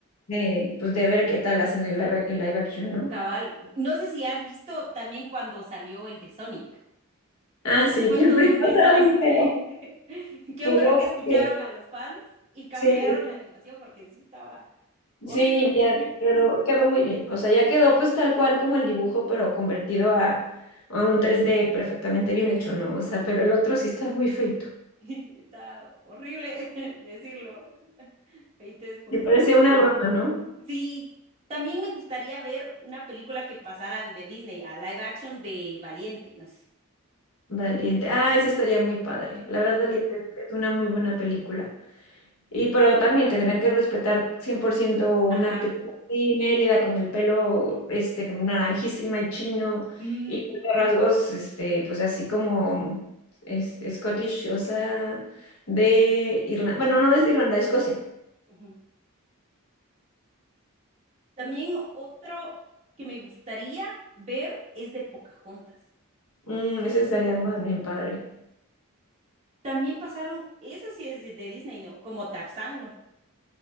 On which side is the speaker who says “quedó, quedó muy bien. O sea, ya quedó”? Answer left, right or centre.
Left